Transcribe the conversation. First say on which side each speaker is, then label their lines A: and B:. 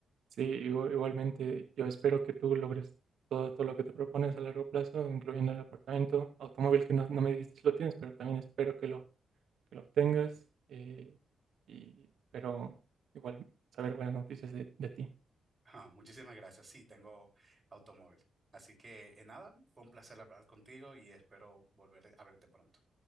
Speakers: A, on the right; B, on the right.
A: Sí, igu- igualmente yo espero que tú logres todo, todo lo que te propones a largo plazo, incluyendo el apartamento, automóvil que no, no me dijiste si lo tienes, pero también espero que lo, que lo obtengas eh, y espero igual saber buenas noticias de, de ti.
B: Ah, muchísimas gracias. Sí, tengo automóvil. Así que, eh, nada, fue un placer hablar contigo y espero volver a verte pronto.